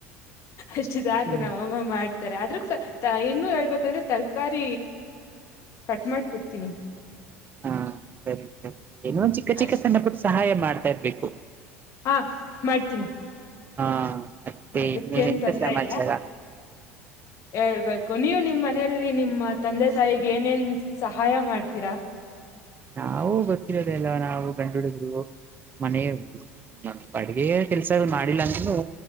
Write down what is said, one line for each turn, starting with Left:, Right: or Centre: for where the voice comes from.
Left: ಅಷ್ಟು ಸಾಕು
Right: ಹ್ಮ್
Left: ನಮಮ್ಮ ಮಾಡ್ ತೀರ ಆದ್ರೂಕ ತಾಯಿ ಇನ್ನು ಹೇಳ್ಬೇಕಂದ್ರೆ ತರಕಾರಿ ಕಟ್ ಮಾಡ ಕೊಡ್ತೀನಿ
Right: ಹಾ ಸರಿ ಸರಿ ಏನೋ ಒಂದ ಚಿಕ್ಕ ಚಿಕ್ಕ
Left: ಅಷ್ಟ
Right: ಸಣ್ಣ ಪುಟ್ಟ ಸಹಾಯ ಮಾಡ್ತಾ ಇರ್ಬೇಕು
Left: ಹ ಮಾಡ್ತೀನಿ
Right: ಹಾ ಮತ್ತೆ
Left: ಅದಕ್ಕೇನ್
Right: ಇನ್ನೇನೆಂತ
Left: ತೊಂದರೆ
Right: ಸಮಾಚಾರ
Left: ಇಲ್ಲ ಹೇಳ್ಬೇಕ ನೀವು ನಿಮ್ಮ್ ಮನೆ ಲ್ಲಿ ನಿಮ್ಮ ತಂದೆ ತಾಯಿಗೆ ಏನೇನ್ ಸಹಾಯ ಮಾಡ್ತೀರಾ
Right: ನಾವು ಗೊತ್ತಿರೋದಲ್ಲ ನಾವು ಗಂಡ ಹುಡುಗ್ರು ಮನೆ ನಾನ್ ಅಡುಗೆಯ ಕೆಲ್ಸಗಳ ಮಾಡಿಲ್ಲ ಅಂದ್ರೂನು